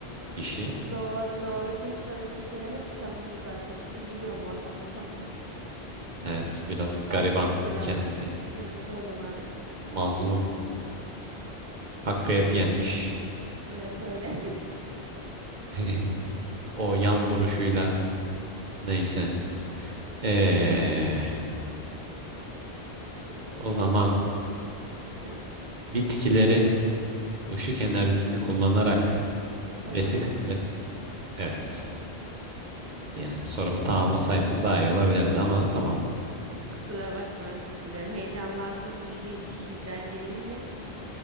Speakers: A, on the right; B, on the right.
A: işi.
B: Doğru doğru Tesla'nın işleri hep çalındı zaten. Üzülüyor mu adama? Tamam.
A: Evet biraz gariban
B: Bahtsız bir
A: kendisi.
B: adam. Evet öyle maalesef.
A: Mazlum. Hakkı hep yenmiş.
B: Evet öyle.
A: <laughs> O yan duruşuyla neyse. Ee,
B: <laughs> Ey Allah.
A: o zaman
B: Heh,
A: bitkilerin ışık enerjisini kullanarak
B: Fotosentez.
A: besin üret... Evet. Yani sorumu tamamlasaydım daha iyi olabilirdi ama tamam.
B: Kusura bakma özür dilerim. Heyecanlandım bildiğim bir şeyden gelince.